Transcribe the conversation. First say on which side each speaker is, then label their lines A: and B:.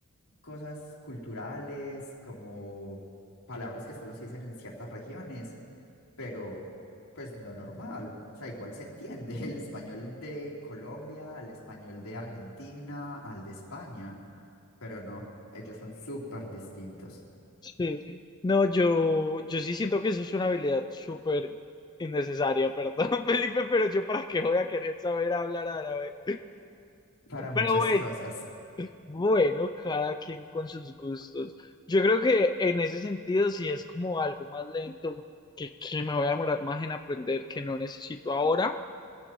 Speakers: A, on the left (about 85°); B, on the left (about 20°).
A: cosas culturales, como palabras que solo se dicen en ciertas regiones pero pues lo normal, o sea, igual se entiende el español de Colombia, al español de Argentina, al de España, pero no, ellos son súper distintos
B: sí. No, yo, yo sí siento que eso es una habilidad súper innecesaria, perdón, <laughs> Felipe, pero yo para qué voy a querer saber hablar árabe.
A: para muchas
B: Pero güey,
A: cosas.
B: bueno, cada quien con sus gustos. Yo creo que en ese sentido, si es como algo más lento, que, que me voy a demorar más en aprender que no necesito ahora,